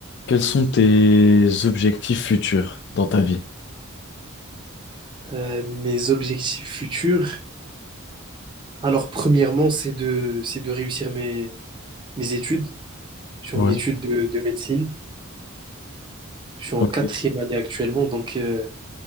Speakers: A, on the left (about 55°); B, on the right (about 20°).
A: Quels sont tes objectifs futurs dans ta vie?
B: Euh, mes objectifs futurs, alors premièrement, c'est de, c'est de réussir mes, mes études. Je suis
A: Ouais.
B: en études de, de médecine. Je suis en
A: Ok.
B: quatrième année actuellement, donc euh,